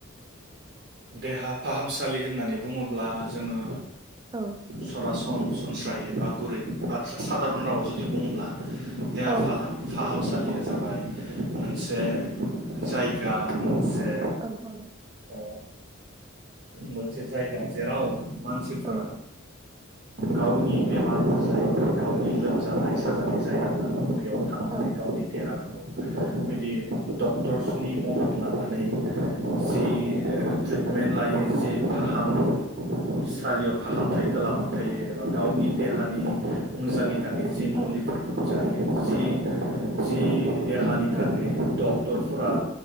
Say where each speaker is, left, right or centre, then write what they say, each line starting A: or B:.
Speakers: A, on the right; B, on the right.
A: देहा फाहामसालि होननानै बुङोब्ला जोङो
B: औ
A: सरासन अं सनस्रायै बा गुरैब बाथ्रा सादारन रावा जुदि बुङोब्ला देहा
B: औ
A: फालाम फाहामसालिआ जाबाय मोनसे जायगा मोनसे
B: औ औ।
A: अ मोनसे जायगा जेराव मानसिफ्रा
B: औ
A: गावनि बेमारफोर जायोब्ला गावनि लोमजानाय साजानाय जायोब्ला बेयाव थांनानै
B: औ
A: गावनि देहाफ बिदि डक्टरसनि मदद लानानै जि ओयो ट्रिटमेन्ट लायो जे फाहाम सालियाव फाहामथायखो लाबो। थायो एबा गावनि देहानि मोजांनि था थाखाय जे मुलिफोरखौ
B: औ नोंथां औ
A: जायो। जि जि देहानि थाखाय
B: औ
A: दब। डदफोरा